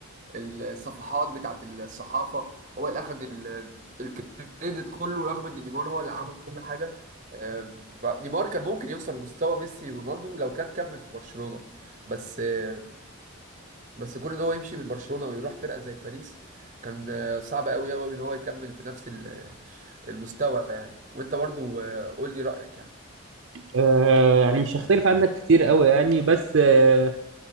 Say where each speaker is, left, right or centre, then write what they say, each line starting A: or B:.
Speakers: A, on the right; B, on the right.
A: الصفحات بتاعت الصحافة هو اللي أخد ال- الكريدت كله رغم إن نيمار هو اللي عمل كل حاجة آم، نيمار كان ممكن يوصل لمستوى ميسي ورونالدو لو كان كمل في برشلونة بس آه، بس كون إن هو يمشي من برشلونة ويروح فرقة زي باريس كان آه، صعب أوي أوي إن هو يكمل في نفس ال- المستوى يعني وأنت برضو آه، قول لي رأيك يعني
B: آه يعني مش هختلف عنك كتير قوي يعني بس آه